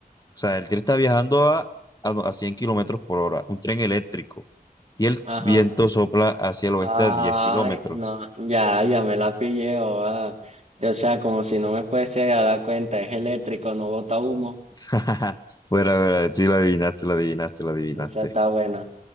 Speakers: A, on the left; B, on the right.
A: O sea, el tren está viajando a, a, no- a 100 kilómetros por hora, un tren eléctrico, y el
B: ajá.
A: viento sopla hacia el oeste
B: Ay,
A: a diez kilómetros.
B: no, ya, ya me la pillé, o va. O sea, como si no me fuese a dar cuenta, es eléctrico, no bota humo.
A: <laughs> Bueno, bueno, sí lo adivinaste, lo adivinaste, lo adivinaste.
B: Esa está buena.